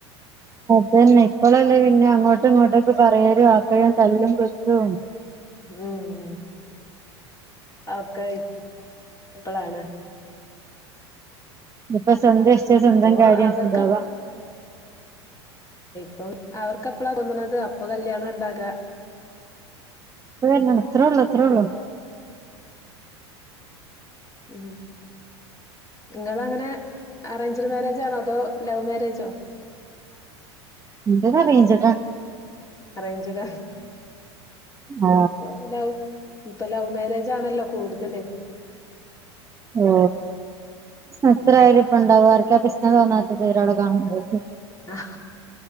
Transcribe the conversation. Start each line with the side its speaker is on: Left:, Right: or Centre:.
Right: അതന്നെ ഇപ്പോളല്ലേ പിന്നെ അങ്ങോട്ടും ഇങ്ങോട്ടൊക്കെ പറയരുും ആക്കയും തല്ലും കൃത്തും
Left: ഉം ഒക്കെ ഇപ്പളാണ്
Right: ഉപ്പ സ്വന്തം ഇഷ്ട സ്വന്തം
Left: ഇപ്പൊ
Right: കാര്യം
Left: അവർക്ക്
Right: സിന്താവാ
Left: അപ്പം അവർക്ക് എപ്പളാ തോന്നണത് അപ്പൊ കല്യാണം ഉണ്ടാക്ക
Right: <unintelligible> ത്രോലോ ത്രോള
Left: ഉ നിങ്ങൾ അങ്ങനെ അറേഞ്ച്ഡ് മാരേജ് ആണോ അതോ ലവ് മാരേജോ
Right: എന്റെത് അറയ്ഞ്ട്
Left: പറഞ്ചട
Right: ആ
Left: ഇപ്പൊ ലവ് ഇപ്പൊ ലവ് മാരേജ് ആണല്ലോ കൂടുതല്
Right: ഓ എത്ര
Left: ഉം
Right: ആ ഇപ്പ ഉണ്ടാവും ആർക്ക ഞാ തോന്നാത്ത ഒരാള കാണുന്നമ്പോ
Left: ആ